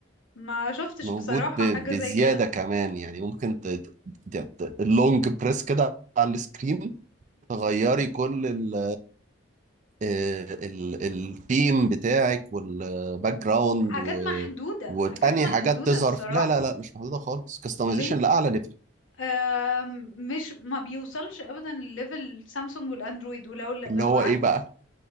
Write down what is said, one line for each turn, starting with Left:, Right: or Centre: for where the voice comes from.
Left: ما شفتش
Right: موجود
Left: بصراحة
Right: ب...
Left: حاجة
Right: بزياده
Left: زي كده
Right: كمان يعني ممكن ت... ت... ت... اللونج بريس كده على السكرين تغيري كل ال آه، ال الثيم بتاعك والباك جراوند
Left: حاجات
Right: و...
Left: محدودة
Right: وتاني
Left: حاجات محدودة
Right: حاجات تظهر
Left: بصراحة
Right: في- لا لا لا مش محدوده خالص كاستمايزيشن
Left: ليه
Right: لاعلى ليفل
Left: آم، مش ما بيوصلش ابدا لليفل سامسونج والاندرويد ولو لو
Right: اللي هو
Left: قعدت
Right: ايه بقى